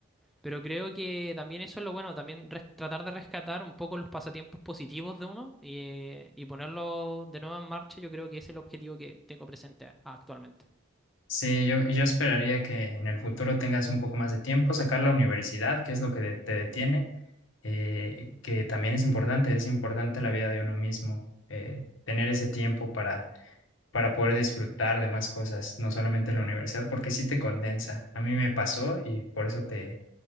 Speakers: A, in the centre; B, on the left.
A: Pero creo que también eso es lo bueno, también res- tratar de rescatar un poco los pasatiempos positivos de uno y, y ponerlo de nuevo en marcha, yo creo que ese es el objetivo que tengo presente a- actualmente.
B: Sí, yo, yo esperaría que en el futuro tengas un poco más de tiempo, sacar la universidad, que es lo que de- te detiene eh, que también es importante, es importante la vida de uno mismo, eh, tener ese tiempo para, para poder disfrutar de más cosas, no solamente en la universidad, porque sí te condensa. A mí me pasó y por eso te,